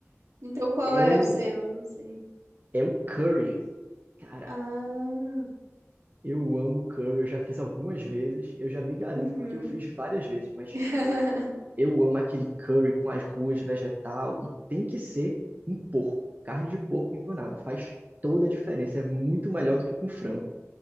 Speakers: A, on the right (about 80°); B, on the right (about 35°).
A: Então qual
B: É
A: é
B: o,
A: o seu? Eu não sei.
B: é o curry. Cara,
A: Ah,
B: eu amo curry, eu já fiz algumas vezes, eu já me garanto
A: uhum.
B: porque eu fiz várias vezes, mas
A: <laughs>
B: Eu amo aquele curry com as ruas vegetal e tem que ser um porco. Carne de porco empanada faz toda a diferença. É muito melhor do que com frango.